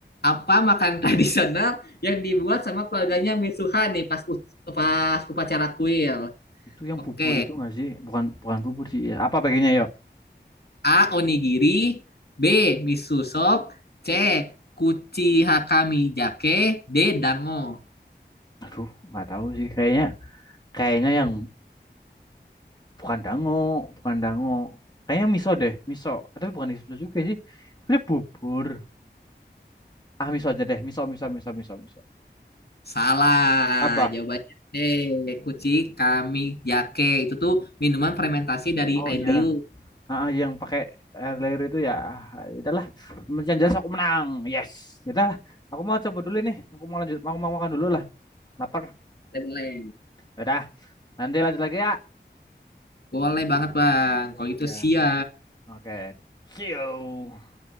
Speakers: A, on the left (about 60°); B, on the left (about 20°).
A: apa makan <laughs> tradisional yang dibuat sama keluarganya Mitsuha nih pas u- pas upacara kuil?
B: Itu yang
A: Oke,
B: bubur itu nggak sih? Bukan bukan bubur sih. Ya, Apa bagiannya yuk?
A: A. Onigiri B. Miso soup C. Kuchi Hakami Jake D. Dango
B: Aduh, nggak tahu sih. Kayaknya kayaknya yang bukan dango, bukan dango. Kayaknya miso deh, miso. Tapi bukan miso juga sih. Sebenarnya bubur. Ah, miso aja deh. Miso, miso, miso, miso, miso.
A: Salah
B: Apa?
A: jawabannya C. Kuchi Kami Jake itu tuh minuman fermentasi dari
B: Oh
A: air
B: iya.
A: liu
B: Ah, ah, yang pakai air layer itu ya. Ah, Udahlah. Yang jelas aku menang. Yes. Udahlah. Aku mau coba dulu nih. Aku mau lanjut. Aku mau makan dulu lah. Lapar.
A: boleh boleh
B: Ya Udah. Nanti lanjut lagi ya.
A: Boleh banget bang
B: Ya
A: kalau
B: udah.
A: itu sia
B: Oke. See you.